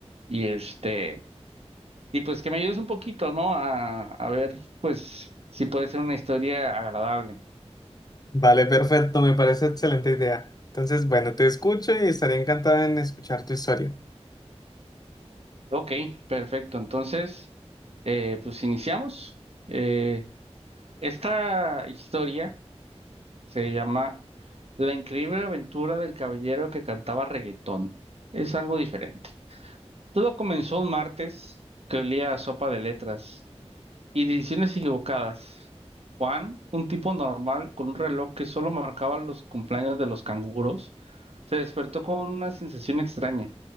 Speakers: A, on the right; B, on the left.
A: y este, y pues que me ayudes un poquito, ¿no? A, a ver, pues si puede ser una historia agradable.
B: Vale, perfecto, me parece excelente idea. Entonces, bueno, te escucho y estaría encantado en escuchar tu historia.
A: Ok, perfecto. Entonces, eh, pues iniciamos. Eh, esta historia se llama La increíble aventura del caballero que cantaba reggaetón. Es algo diferente. Todo comenzó un martes que olía a sopa de letras y decisiones equivocadas. Juan, un tipo normal con un reloj que solo marcaba los cumpleaños de los canguros, se despertó con una sensación extraña.